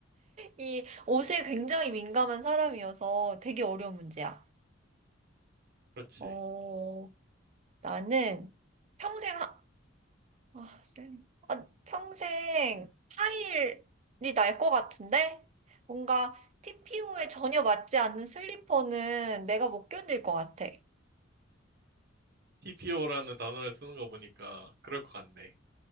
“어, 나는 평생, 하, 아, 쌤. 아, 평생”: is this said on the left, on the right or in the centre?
Right